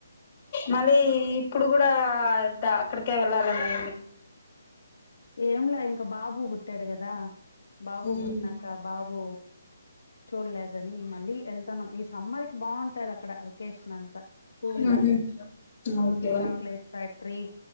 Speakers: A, on the left; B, on the left.
A: మళ్ళీ ఇప్పుడు కూడా అక్కడికే వెళ్ళాలనిీ
B: ఏం ల్య ఇంక బాబు పుట్టాడు కదా బాబు
A: మ్మ్
B: పుట్టినాక బాబు చూడలేదని మళ్ళీ వెళ్తాన్నాం ఈ సమ్మర్ి బాగుంటది అక్కడ వెకషన్ అంత కూల్గ
A: మ్హూ okay
B: Ooty chocolate factory